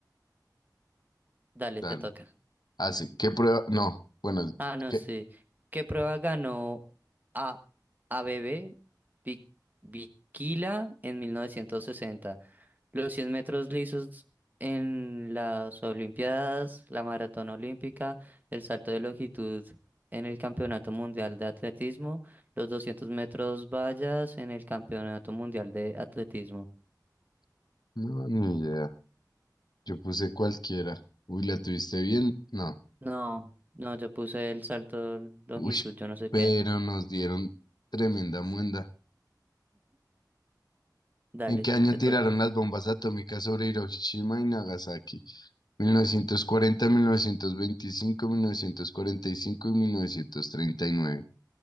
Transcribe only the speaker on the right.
Dale,
te toca.
Ah, no,
sí. ¿Qué prueba ganó a ABB Bikila en 1960? Los 100 metros lisos en las Olimpiadas, la maratón olímpica, el salto de longitud en el Campeonato Mundial de Atletismo, los 200 metros vallas en el Campeonato Mundial de Atletismo.
No, no, yo puse el salto de longitud,
yo no sé
qué.
Dale,
te
toca.